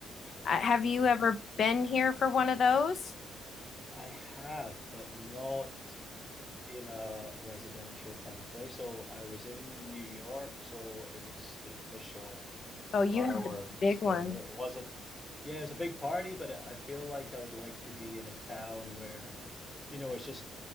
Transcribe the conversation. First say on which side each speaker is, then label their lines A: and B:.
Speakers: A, on the left (about 55°); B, on the left (about 15°).
A: Uh, Have you
B: Yeah,
A: ever been here for one of those?
B: I have, but not in a residential kind of place. So I was in New York, so it was the official.
A: Oh, you
B: fireworks
A: have the big one.
B: there. It wasn't, yeah, it was a big party, but I feel like I would like to be in a town where, you know, it's just